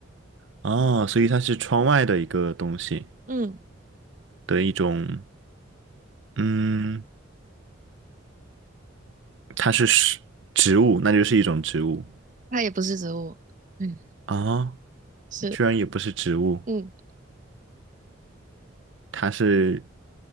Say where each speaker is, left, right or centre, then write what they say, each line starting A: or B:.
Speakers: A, on the right; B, on the right.
A: 啊，所以它是窗外的一个东西
B: 嗯，
A: 的一种，嗯，它是植植物，那就是一种植物。
B: 它也不是植物，嗯，
A: 啊，
B: 是，
A: 居然也不是植物，
B: 嗯，
A: 它是